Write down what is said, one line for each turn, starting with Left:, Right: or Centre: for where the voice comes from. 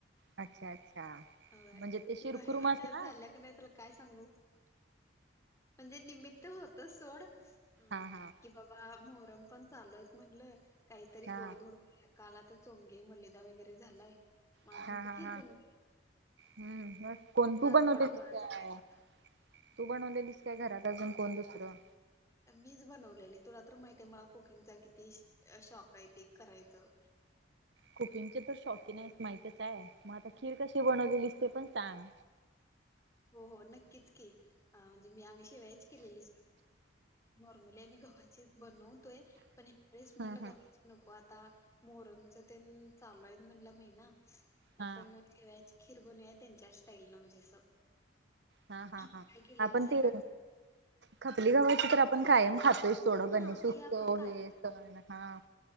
Right: अच्छा अच्छा.
Left: होय
Right: म्हणजे
Left: इतके
Right: ते शिरखुरमा
Left: भारी वटाणे
Right: असत ना
Left: झाल्यात काय सांगू म्हणजे निमित्त होत सोड हम्म
Right: हा हा
Left: कि बाबा मोहरम पण चालु आहेत म्हटलं काहीतरी
Right: हा
Left: गोडधोड काल आता चोंगे मलिदा वगैरे झालाय. माझ
Right: हा
Left: म्हणलं
Right: हा
Left: खीर
Right: हा
Left: बनवू
Right: हम्म कोण
Left: म्हणून
Right: तु
Left: आज
Right: बनवलीलीस
Left: गोडाधोडाचा
Right: होतीस काय
Left: बेत होता
Right: तू बनवलेलीस काय घरात अजून कोण दुसरं
Left: मीच बनवलेली तुला तर माहितीय मला कुकिंगचा किती शॉक आहे ते करायचं
Right: कुकिंगचे तर शौकीन आहेस माहितच आहे, मग आता खीर कशी बनवलेलीस ते पण सांग.
Left: हो हो नक्कीच की म्हणजे मी आम्ही शेवया च केलेली नॉर्मली आम्ही गव्हाची बनवतोय पण या वेळेस म्हणलं
Right: हम्म
Left: गव्हाची
Right: हम्म
Left: नको आता मोहरमच तेन चालू आहे म्हणलं महिना
Right: हा
Left: आपण शेवयाची खिर बनुया त्यांच्या स्टाईल न म्हणजे असं
Right: हा हा
Left: काय
Right: हा
Left: केलेलं
Right: आपण
Left: सकाळी
Right: ते खपली गव्हाची तर आपण कायम खातो थोडं
Left: हा
Right: गणेश
Left: ती
Right: उत्सव
Left: आपण
Right: हे सण हा